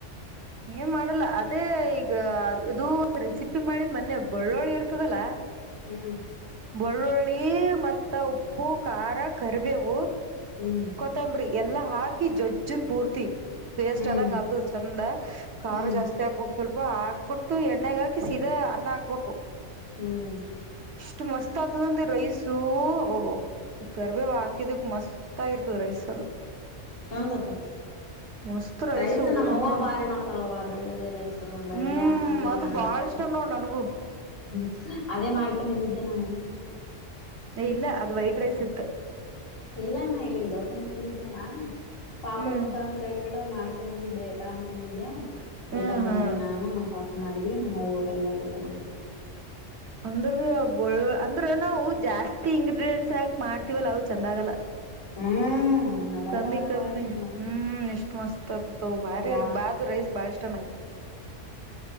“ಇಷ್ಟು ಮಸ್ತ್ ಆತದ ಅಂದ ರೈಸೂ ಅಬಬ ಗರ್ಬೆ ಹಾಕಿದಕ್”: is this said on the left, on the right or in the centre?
Right